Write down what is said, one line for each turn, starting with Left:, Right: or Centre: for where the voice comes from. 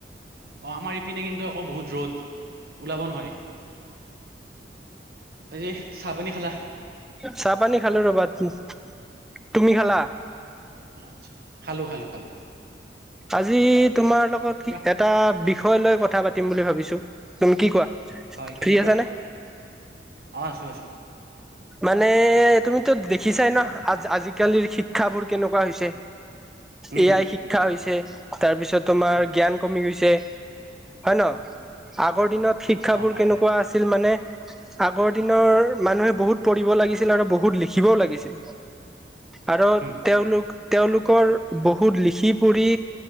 Right: অ আমাৰ ইপিনে কিন্তু আকৌ বহুত ৰ'দ ওলাব নোৱাৰি। আজি চাহ পানী খালা
Centre: চাহ পানী খালো ৰ বাদি তুমি খালা?
Right: আচ্ছা খালো খালো খালো।
Centre: আজি তোমাৰ লগত
Right: কোৱা
Centre: কি এটা বিষয় লৈ কথা পাতিম বুলি ভাবিছো তুমি কি কোৱা?
Right: হয় কেনেকুৱা
Centre: ফ্ৰী আছা নে?
Right: অ আছো আছো।
Centre: মানে তুমিতো দেখিছাই ন আজ আজিকালিৰ শিক্ষাবোৰ কেনেকুৱা হৈছে?
Right: উম
Centre: এ আই শিক্ষা হৈছে তাৰপিছত তোমাৰ
Right: উম,
Centre: জ্ঞান কমি গৈছে। হয় ন আগৰ দিনত শিক্ষাবোৰ
Right: অ হয়
Centre: কেনেকুৱা
Right: হয়
Centre: আছিল মানে আগৰ দিন। নৰ মানুহে বহুত পঢ়িব লাগিছিল আৰু বহুত লিখিবও লাগিছিল। আৰু
Right: উম
Centre: তেওঁলোক তেওঁলোকৰ বহুত লিখি পঢ়ি